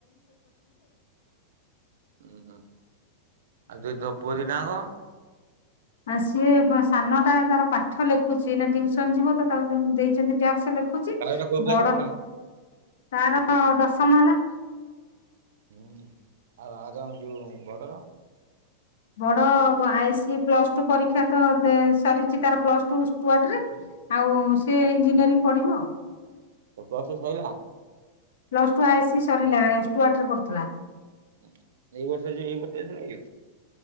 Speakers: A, on the right; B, on the left.
A: ଉ ହୁଁ ଆଉ ଦେଇ ତୋ ପୁଅ ଦିଟାଅଙ୍କ?
B: ଆଉ ସିଏ ସାନ ଟା ତାର ପାଠ ଲେଖୁଛି ନା ଟିଉସନ ଯିବ ତ ତାକୁ ଦେଇଛନ୍ତି ଟାସ୍କ। ଲେଖୁଛି
A: ତାର କୋଉ କ୍ଲାସ
B: ବଡ
A: ହେଲା?
B: ତାର ଦଶମ ହେଲା।
A: ହୁଁ ଆର ଯୋଉ ବଡ଼ର?
B: ବଡ ଆଇସି ପ୍ଲସ୍ ଠୁ ପରୀକ୍ଷା ତ ସରିଛି ତାର ପ୍ଲସ୍ ଟୁ ଆଉ ସ ଇଞ୍ଜିନିୟ ପଢିବ ଆଉ ।
A: ତୋ ବସ ସଇଲା?
B: ପ୍ଲସ ଟୁ ଆଇସି ସରିଲା ।ଏସ୍ ଟୁ ଆଟରେ ପଡୁଥିଲା।
A: ଏଇ ବର୍ଷ ଯେ ଏଇ ବର୍ଷଥିଲା କି?